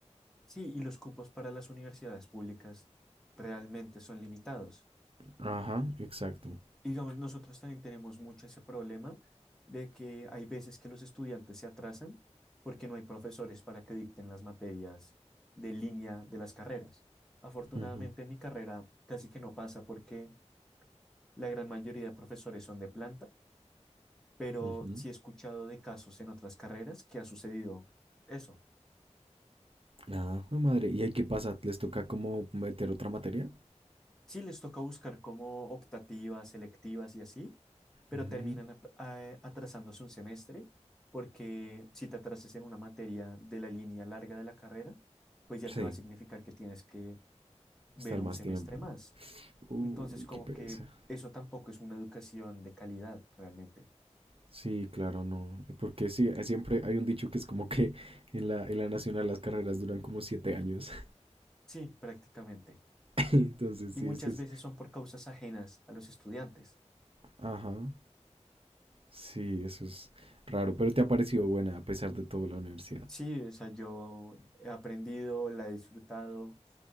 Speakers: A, in the centre; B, on the right (about 50°).
A: Sí, y los cupos para las universidades públicas realmente son limitados.
B: Ajá, exacto.
A: Y, Digamos, nosotros también tenemos mucho ese problema de que hay veces que los estudiantes se atrasan porque no hay profesores para que dicten las materias de línea de las carreras. Afortunadamente
B: Ujú,
A: en mi carrera casi que no pasa porque La gran mayoría de profesores son de planta, pero
B: ujú.
A: sí he escuchado de casos en otras carreras que ha sucedido eso.
B: Ah, jue madre. ¿Y ahí qué pasa? ¿Les toca como meter otra materia?
A: Sí les toca buscar como optativas, selectivas y así, pero
B: Mm,
A: terminan ap- a- atrasándose un semestre porque si te atrasas en una materia de la línea larga de la carrera, pues ya
B: Sí,
A: te va a significar que tienes que ver
B: estar
A: un
B: más
A: semestre
B: tiempo.
A: más.
B: Uy,
A: Entonces, como
B: qué pereza.
A: que eso tampoco es una educación de calidad realmente.
B: Sí, claro, no. Porque sí, eh, siempre hay un dicho que es como que <laughs> en la, en la nacional las carreras duran como siete años.
A: Sí, prácticamente.
B: <laughs> Entonces,
A: y
B: sí,
A: muchas
B: eso es.
A: veces son por causas ajenas a los estudiantes.
B: Ajá. Sí, eso es raro. Pero te ha parecido buena a pesar de todo la universidad.
A: Sí, o sea, yo he aprendido, la he disfrutado